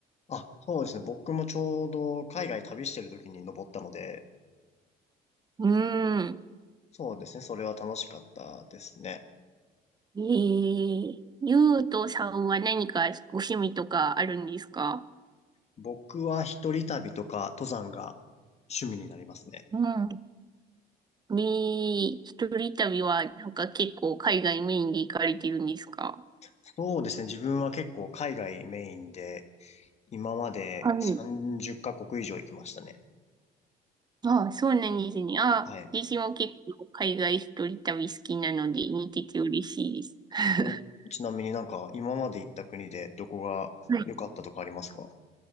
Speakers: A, on the left (about 40°); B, on the right (about 25°).
A: あ、そうですね。僕もちょうど海外旅してる時に登ったので、
B: うーん。
A: そうですね。それは楽しかったですね。
B: えー、ゆうとさんは何かご趣味とかあるんですか
A: 僕は一人旅とか登山が趣味になりますね。
B: うんみ、一人旅はなんか結構海外メインで行かれてるんですか
A: そうですね。自分は結構海外メインで、今まで30カ国以上行きましたね。
B: はい。ああ、そうなんですね。ああ、
A: はい。
B: 私も結構海外一人旅好きなので似てて嬉しいです。<laughs>
A: お、ちなみになんか今まで行った国でどこが良かったとかありますか
B: はい